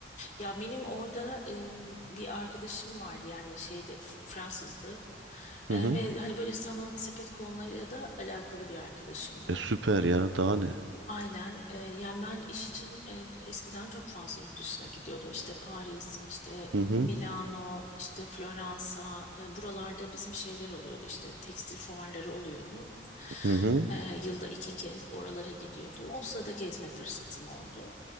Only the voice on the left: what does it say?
Ya benim orada e, bir arkadaşım vardı yani şeyde F- Fransızdı. E,
ve hani böyle sanat sepet konularıyla da alakalı bir arkadaşımdı.
Aynen. Ee, yani ben iş için e, eskiden çok fazla yurt dışına gidiyordum. İşte Paris, işte e,
Milano, işte Floransa. e, buralarda bizim şeyler oluyordu. İşte tekstil fuarları oluyordu.
Ee, yılda iki kez oralara gidiyordum. O sırada gezme fırsatım oldu.